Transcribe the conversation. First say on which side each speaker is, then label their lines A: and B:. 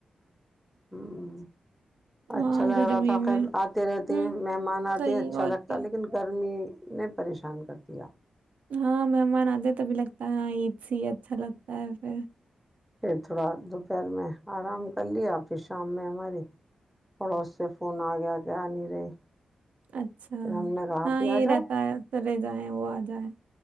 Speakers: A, in the centre; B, on the right.
A: ہوں
B: ہاں
A: اچھا لگ
B: گرمی
A: رہا تھا خھر
B: میں
A: آتے رہتے
B: ہوں
A: ہیں مہمان آتے
B: صحیح
A: ہیں اچھا
B: اور
A: لگتا
B: کیا
A: لیکن گرمی نے پریشان کر دیا
B: ہاں مہمان آتے تبھی لگتا ہےاں عید سےی اچھا لگتا ہے پھر
A: پھر تھوڑا دوپہر میں آرام کر لیا آپھر شام میں ہماری پڑا اس سے فون آ گیا کہ آ نہیں رہی
B: اچھا
A: پھر ہم نے کہا آپ
B: ہاں
A: ہی
B: یہ
A: آ جاؤ
B: رہتا ہے چلے جائیں وہ آج جائے